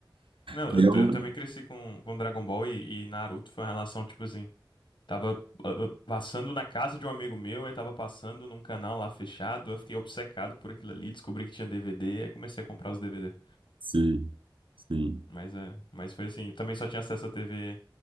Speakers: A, on the left; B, on the right.
A: Não,
B: que
A: eu, t-
B: é um.
A: eu também cresci com, com Dragon Ball e, e Naruto foi uma relação, tipo assim, tava ah, ah, passando na casa de um amigo meu, aí tava passando num canal lá fechado, eu fiquei obcecado por aquilo ali, descobri que tinha DVD, aí comecei a comprar os DVD.
B: Sim. Sim.
A: Mas, é, mas foi assim, também só tinha acesso à TV